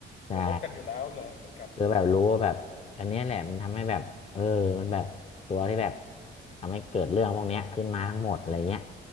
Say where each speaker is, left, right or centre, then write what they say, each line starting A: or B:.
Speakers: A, on the left; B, on the left.
A: ใช่
B: เขาลบกันอยู่แล้วเหรอเหมือนกับ
A: คือแบบรู้ว่าแบบอันเนี้ยแหละมันทำให้แบบเออมันแบบตัวที่แบบทำให้เกิดเรื่องพวกเนี้ยขึ้นมาทั้งหมดอะไรเงี้ย